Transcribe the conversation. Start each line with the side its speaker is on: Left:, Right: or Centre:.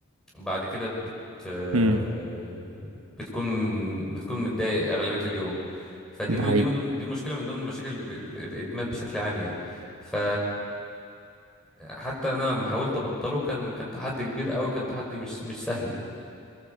Centre: بعد كده بت آه،
Right: امم
Centre: بتكون بتكون متضايق أغلبية اليوم فدي
Right: ده
Centre: م-
Right: حقيقي
Centre: دي من ضمن دي مشكله من ضمن مشاكل ال- ال- الادمان بشكل عام يعني ف حتى انا لما حاولت ابطله كان كان تحدي كبير قوي كان تحدي مش مش سهل يعني